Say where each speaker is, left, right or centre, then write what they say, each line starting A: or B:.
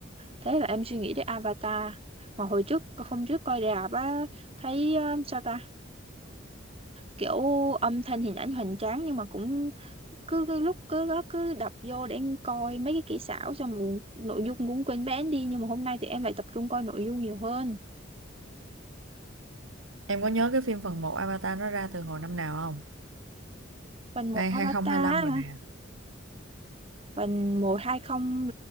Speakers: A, on the right; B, on the right.
A: Thế là em suy nghĩ đến Avatar. Mà hồi trước, hôm trước coi rạp á, thấy ờ, sao ta, kiểu âm thanh hình ảnh hoành tráng nhưng mà cũng cứ, cứ lúc cứ đó cứ đập vô để em coi mấy cái kỹ xảo xong rồi nội dung cũng quên bén đi nhưng mà hôm nay thì em lại tập trung coi nội dung nhiều hơn
B: Em có nhớ cái phim phần một Avatar nó ra từ hồi năm nào không?
A: phần một
B: Đây
A: Avatar
B: 2025 rồi nè.
A: phần một hai không